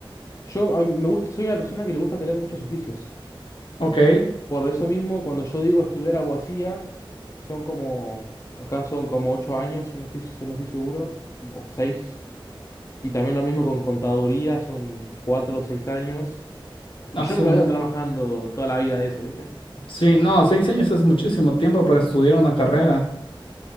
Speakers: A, on the left; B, on the left.
A: yo a mí me gusta, soy una persona que le gusta tener muchos oficios.
B: Ok,
A: Por eso mismo, cuando yo digo estudiar abogacía, son como, acá son como ocho años, si no estoy, si no estoy seguro, o seis, y también lo mismo con contaduría, son cuatro o seis años,
B: azul.
A: y yo no me veo trabajando toda la vida de eso, ¿viste?
B: Sí, no, seis años es muchísimo tiempo para estudiar una carrera.